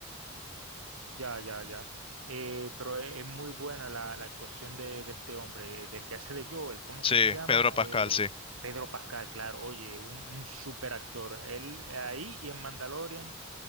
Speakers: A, on the right; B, on the left.
A: Ya, ya, ya. Eh, pero es, es muy buena la, la actuación de, de este hombre, eh, del que hace de Joel. ¿Cómo
B: Sí,
A: que se llama?
B: Pedro Pascal,
A: Eh,
B: sí,
A: Pedro Pascal, claro. Oye, un, un super actor. Él ahí y en Mandalorian.